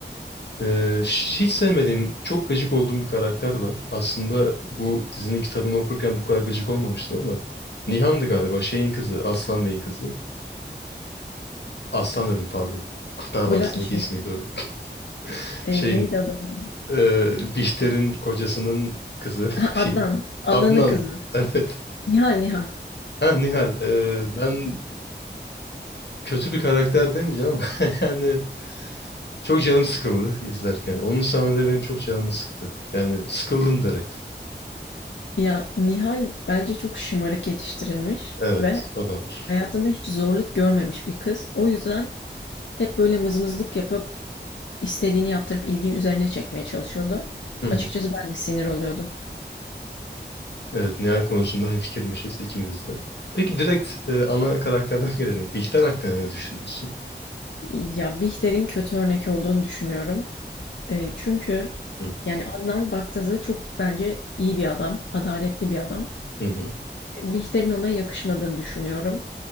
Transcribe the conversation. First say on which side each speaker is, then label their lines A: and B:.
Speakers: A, on the left; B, on the left.
A: Ee, hiç sevmediğim, çok gıcık olduğum bir karakter var. Aslında bu dizinin kitabını okurken bu kadar gıcık olmamıştım ama Nihan'dı galiba, şeyin kızı, Aslan Bey'in kızı. Aslan dedim pardon. Kurtlar
B: Bula
A: Vadisi'ndeki
B: şey
A: ismiydi o. <laughs>
B: e,
A: Şeyin,
B: neydi adamın adı?
A: e, Bihter'in kocasının kızı
B: Ha,
A: <laughs>
B: Adnan.
A: diyeyim.
B: Adnan'ın
A: Adnan,
B: kızı.
A: evet.
B: Nihal Nihal.
A: Ha Nihal, e, ben kötü bir karakter demeyeceğim ama <laughs> yani çok canım sıkıldı izlerken. Onun sahneleri benim çok canımı sıktı. Yani sıkıldım direkt.
B: Ya Nihal bence çok şımarık yetiştirilmiş
A: Evet,
B: ve
A: o da var.
B: hayatında hiç zorluk görmemiş bir kız. O yüzden Hep böyle mızmızlık yapıp, istediğini yaptırıp ilgiyi üzerine çekmeye çalışıyordu.
A: Hı hı.
B: Açıkçası ben de sinir oluyordum.
A: Evet, Nihal konusunda hemfikirmişiz ikimiz de. Peki direkt e, ana karakterden <laughs> gelelim. Bihter hakkında ne düşünüyorsun?
B: Ya, Bihter'in kötü örnek olduğunu düşünüyorum. Eee, çünkü
A: Hı
B: yani Adnan baktığında çok bence iyi bir adam, adaletli bir adam.
A: hı. hı.
B: Eee, Bihter'in ona yakışmadığını düşünüyorum.